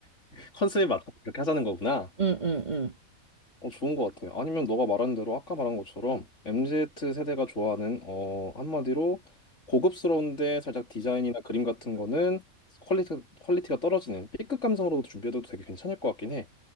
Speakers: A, on the left; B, on the right.
A: 컨셉에 맞게 이렇게 하자는 거구나.
B: 응, 응, 응.
A: 어, 좋은 것 같아요. 아니면 너가 말한 대로 아까 말한 것처럼 MZ 세대가 좋아하는, 어, 한마디로 고급스러운데 살짝 디자인이나 그림 같은 거는 퀄리티, 퀄리티가 떨어지는 B급 감성으로도 준비해도 되게 괜찮을 것 같긴 해.